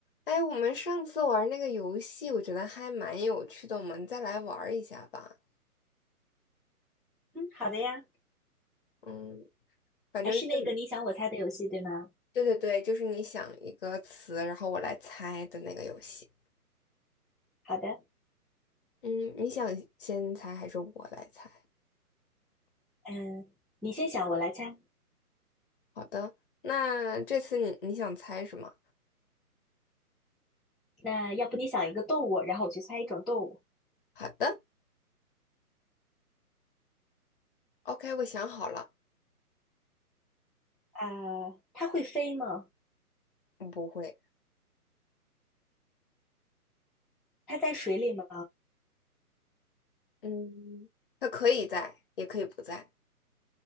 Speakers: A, on the left; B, in the centre.
A: 哎，我们上次玩那个游戏，我觉得还蛮有趣的，我们再来玩儿一下吧。
B: 嗯，好的呀，
A: 嗯，反正就是
B: 还是那个你想我猜的游戏，对吗？
A: 对对对，就是你想一个词，然后我来猜的那个游戏。
B: 好的，
A: 嗯，你想先猜还是我来猜？
B: 嗯，你先想，我来猜。
A: 好的，那这次你你想猜什么？
B: 那要不你想一个动物，然后我去猜一种动物。
A: 好的，OK，我想好了。
B: 呃，它会飞吗？
A: 嗯不会，
B: 它在水里吗？
A: 嗯，他可以在，也可以不在。